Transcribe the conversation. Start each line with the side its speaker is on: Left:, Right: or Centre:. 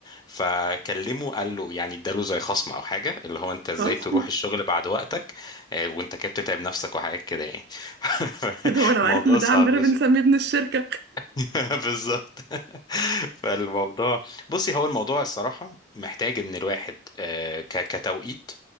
Left: فكلمه قال له يعني اداله زي خصم او حاجة اللي هو انت ازاي
Right: خلاص
Left: تروح الشغل بعد وقتك آه، وانت كده بتتعب نفسك وحاجات كده يعني <laughs>
Right: ده هو لو
Left: الموضوع
Right: عارف ان ده
Left: صعب
Right: عندنا بنسميه ابن الشركة
Left: <laughs> بالظبط فالموضوع بصي هو الموضوع الصراحة محتاج ان الواحد آه، ك- كتوقيت